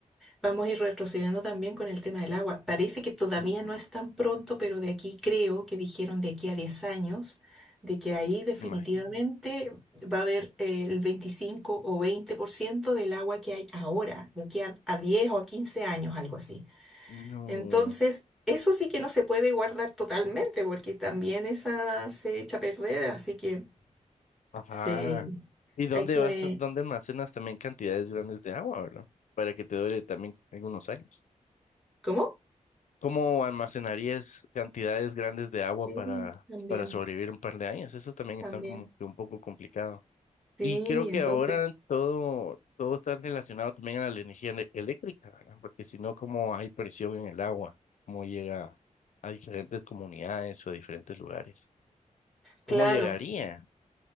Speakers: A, in the centre; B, on the left.
A: Vamos a ir retrocediendo también con el tema del agua. Parece que todavía
B: ujú,
A: no es tan pronto, pero de aquí creo que dijeron de aquí a 10 años, de que ahí definitivamente
B: me Imagino.
A: va a haber eh, el 25 o 20% del agua que hay ahora, de aquí a, a 10 o a 15 años, algo así.
B: No,
A: Entonces, eso sí que no se puede guardar totalmente, porque también esa se echa a perder, así que
B: ajá.
A: se,
B: ¿Y dónde
A: hay que...
B: vas, dónde almacenas también cantidades grandes de agua, verdad? Para que te dure también algunos años.
A: ¿Cómo?
B: ¿Cómo almacenarías cantidades grandes de agua
A: Sí,
B: para,
A: también,
B: para sobrevivir un par de años? Eso también
A: también.
B: está como que un poco complicado.
A: Sí,
B: Y creo que
A: entonces...
B: ahora todo, todo está relacionado también a la energía ele- eléctrica, ¿verdad? Porque si no, ¿cómo hay presión en el agua? ¿Cómo llega a diferentes comunidades o a diferentes lugares? ¿Cómo
A: Claro,
B: llegaría?